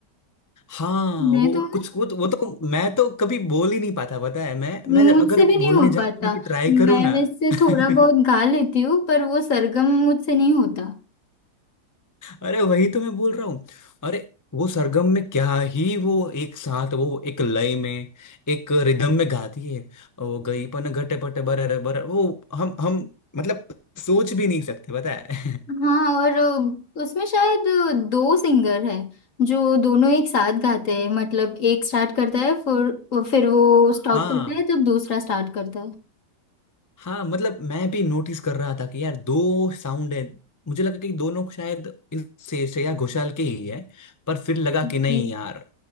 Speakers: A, on the left; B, on the left.
A: हाँ वो
B: मैं तो
A: कुछ वो तो, वो तो मैं तो कभी बोल ही नहीं पाता पता है मैं
B: मुझसे
A: मैं अगर
B: भी
A: बोलने
B: नहीं हो पाता
A: जाने की ट्राई करूँ
B: मैं
A: ना
B: वैसे
A: <laughs>
B: थोड़ा बहुत गा लेती हूँ पर वो सरगम मुझसे नहीं होता
A: अरे वही तो मैं बोल रहा हूँ अरे वो सरगम में क्या ही वो एक साथ वो एक लय में एक रिदम में गाती है वो गई पन घटे पटे बर अरे बर वो हम हम मतलब सोच भी नहीं सकते पता है <laughs>
B: हाँ और अ, उसमें शायद अ, दो सिंगर हैं जो दोनों एक साथ गाते हैं मतलब एक स्टार्ट करता है फिर फिर वो स्टॉप
A: हाँ
B: करता है तब दूसरा स्टार्ट करता है
A: हाँ मतलब मैं भी नोटिस कर रहा था कि यार दो साउंड है मुझे लगा कि दोनों शायद इस से श्रेया घोषाल के ही है पर फिर लगा
B: जी,
A: कि नहीं यार